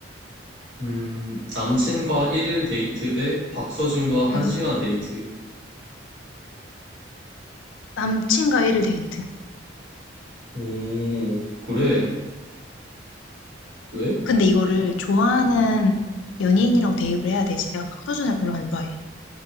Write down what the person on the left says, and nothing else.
응.
남친과 1일 데이트.
근데 이거를 좋아하는 연예인이라고 대입을 해야 되지. 내가 박서준을 별로 안 좋아해.